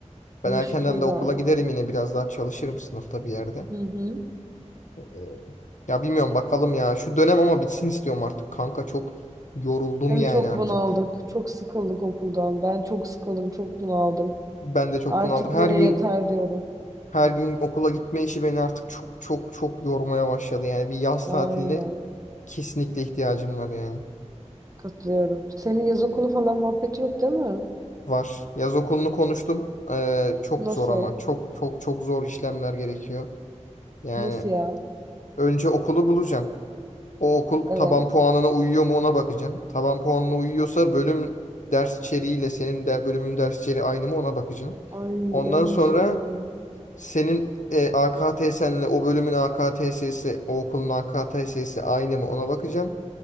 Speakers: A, on the left; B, on the right.
A: Ben
B: iyi
A: erkenden
B: şükür
A: de okula
B: bari.
A: giderim yine biraz daha çalışırım sınıfta bir yerde.
B: Hı hı.
A: Ee, Ya bilmiyorum bakalım ya. Şu dönem ama bitsin istiyorum artık kanka. Çok yoruldum
B: Değil
A: yani
B: mi? Çok
A: artık.
B: bunaldık. Çok sıkıldık okuldan. Ben çok sıkıldım. Çok bunaldım.
A: Ben de çok
B: Artık
A: bunaldım. Her
B: böyle
A: gün
B: yeter diyorum.
A: her gün okula gitme işi beni artık çok çok çok yormaya başladı. Yani bir yaz
B: Aynen.
A: tatiline kesinlikle ihtiyacım var yani.
B: Katılıyorum. Senin yaz okulu falan muhabbeti yok değil mi?
A: Var. Yaz okulunu konuştum. Ee, çok
B: Nasıl?
A: zor ama çok çok çok zor işlemler gerekiyor. Yani
B: Nasıl ya?
A: önce okulu bulacağım. O okul
B: Evet.
A: taban puanına uyuyor mu ona bakacağım. Taban puanına uyuyorsa bölüm ders içeriğiyle senin de bölümün ders içeriği aynı mı ona bakacağım.
B: Ay
A: Ondan
B: ölmeşim
A: sonra
B: ölme.
A: senin e, AKTS'nle o bölümün AKTS'si, o okulun AKTS'si aynı mı ona bakacağım.